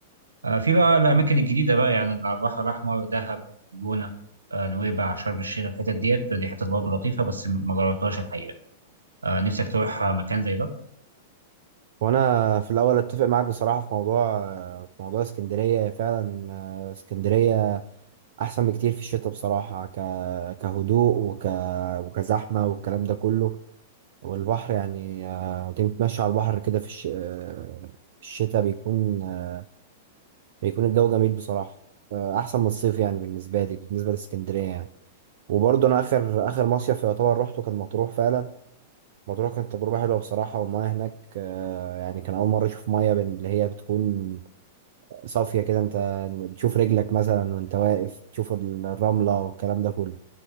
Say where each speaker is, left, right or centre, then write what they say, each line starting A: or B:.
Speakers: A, on the right; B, on the right.
A: آه، في بقى الأماكن الجديدة بقى يعني اللي على البحر الأحمر دهب جونة آه، نويبع شرم الشيخ الحتت ديت دي حتت برضه لطيفة بس ما جربتهاش الحقيقة آه، نفسك تروح آه، مكان زي ده
B: وانا في الاول اتفق معاك بصراحه في موضوع آه، في موضوع اسكندريه فعلا آه، اسكندريه احسن بكتير في الشتاء بصراحه ك... كهدوء وك... وكزحمه والكلام ده كله والبحر يعني آه، تمشي تمشي على البحر كده في الش... آه، في الشتاء بيكون آه، بيكون الجو جميل بصراحة آه، أحسن من الصيف يعني بالنسبة لي بالنسبة لإسكندرية يعني وبرضه أنا آخر آخر مصيف يعتبر روحته كان مطروح فعلا مطروح كانت تجربة حلوة بصراحة والمياه هناك آه، يعني كان أول مرة أشوف مياه بن- اللي هي بتكون صافية كده أنت بتشوف رجلك مثلا وأنت واقف تشوف الرملة والكلام ده كله